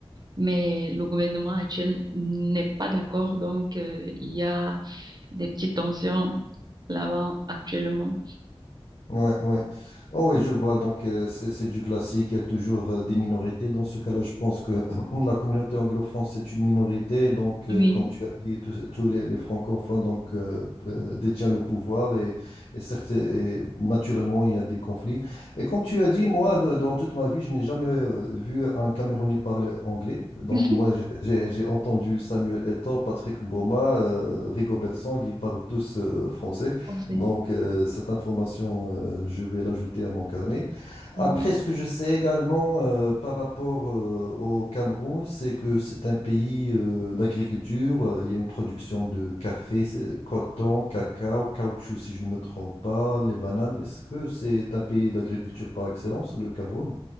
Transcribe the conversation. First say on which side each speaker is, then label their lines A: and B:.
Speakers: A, on the right; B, on the left.
A: mais le gouvernement actuel n'est pas d'accord, donc euh, il y a des petites tensions là-bas actuellement.
B: Ouais, ouais. Oh, oui, je vois. Donc, euh, c'est c'est du classique. Il y a toujours euh, des minorités. Dans ce cas-là, je pense que <clears throat> la communauté anglophone, c'est une minorité. Donc,
A: Oui,
B: euh, comme tu as dit, tous tous les, les francophones donc, euh, euh, détiennent le pouvoir et, et, certes, et naturellement, il y a des conflits. Et comme tu
A: exactement.
B: as dit, moi, de- dans toute ma vie, je n'ai jamais euh, vu un Camerounais parler anglais. Donc,
A: <laughs>
B: moi, j'ai j'ai- j'ai entendu Samuel Eto'o, Patrick Mboma, euh, Rigo Bersang, ils parlent tous euh, français.
A: On sait.
B: Donc, euh, cette information, euh, je vais l'ajouter à mon carnet. Après,
A: Oui.
B: ce que je sais également euh, par rapport euh, au Cameroun, c'est que c'est un pays euh, d'agriculture. Euh, Il y a une production de café, c'est- coton, cacao, caoutchouc, si je ne me trompe pas, les bananes. Est-ce que c'est un pays d'agriculture par excellence, le Cameroun?